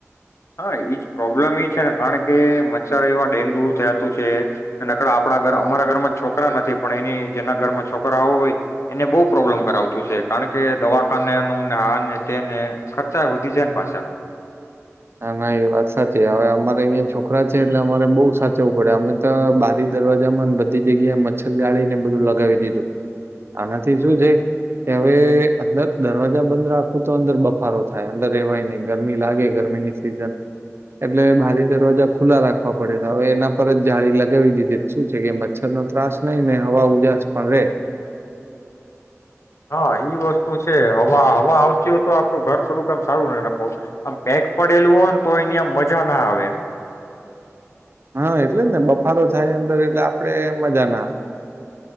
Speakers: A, on the left; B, on the right.
A: હા એજ પ્રોબ્લેમ એ છે ને કારણ કે મચ્છરો એવા ડેન્ગ્યુ થયાતું છે નકર આપણા ઘર અમારા ઘરમાં છોકરા નથી પણ એની જેના ઘરમાં છોકરાઓ હોય એને બહુ પ્રોબ્લેમ કરાવતું છે કારણ કે દવાખાનેનું ને આ ને તેને ખર્ચા વધી જાયને પાછા.
B: હા ના એ વાત સાચી હવે આમા અહીં છોકરા છે એટલે અમારે બોઉ‌ સાચવું પડે અમે તો બારી દરવાજા બધી જગ્યાએ મચ્છર જાળીને બધું લગાવી દીધું આનાથી શું છે કે હવે અંદર દરવાજા બંધ રાખો તો અંદર બફારો થાય અંદર રેવાય નહીં ગરમી લાગે ગરમીની સિઝન એટલે બારે દરવાજા ખુલ્લા રાખવા પડે છે હવે એના પર જ જાળી લગાવી દીધી શું છે કે મચ્છરનો ત્રાસ નહી ને હવા ઉજાસ પણ રે
A: હા ઈ વસ્તુ છે હવા હવા આવતી હોય તો આપડું ઘર થોડુંકમ સારું ને નખો આમ પેક પડેલું હોય ને તો એની આમ મજા ના આવે.
B: હા એટલે જ ને બફારો થાય અંદર એટલે આપડે મજા ના આ